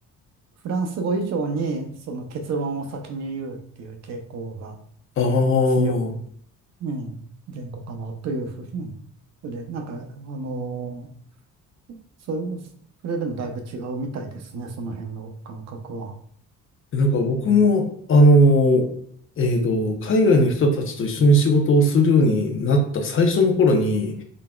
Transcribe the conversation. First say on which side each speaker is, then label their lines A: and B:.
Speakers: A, on the right; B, on the left.
A: フランス語以上にその結論を先に言うっていう傾向が
B: ああ。
A: 強い、うん、言語かなというふうに。で、なんか、あのそ、それでもだいぶ違うみたいですね、その辺の感覚は。
B: なんか僕も、
A: えー
B: あの、えっと、海外の人たちと一緒に仕事をするようになった最初の頃に、